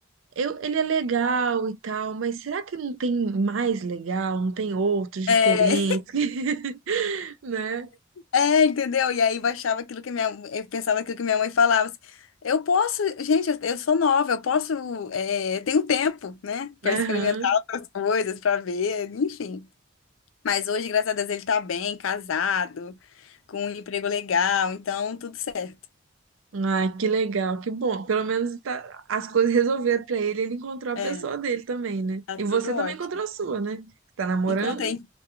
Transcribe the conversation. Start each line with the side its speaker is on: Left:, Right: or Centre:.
Right: Eu, ele é legal e tal, mas será que não tem mais legal? Não tem outros diferentes?
Left: É,
Right: <laughs> Né?
Left: <laughs> é, entendeu? E aí baixava aquilo que minha, eu pensava aquilo que minha mãe falava. assim, Eu posso, gente, eu, eu sou nova, eu posso, é, eu tenho tempo, né, Pra
Right: Aham.
Left: experimentar outras coisas, pra ver, enfim. Mas hoje, graças a Deus, ele tá bem, casado, com um emprego legal, então tudo certo.
Right: Ah, que legal, que bom. Pelo menos tá- as coisas resolveram pra ele, ele encontrou a
Left: É,
Right: pessoa dele também, né?
Left: tá
Right: E
Left: tudo
Right: você
Left: ótimo.
Right: também encontrou a sua, né? Tá namorando?
Left: Encontrei,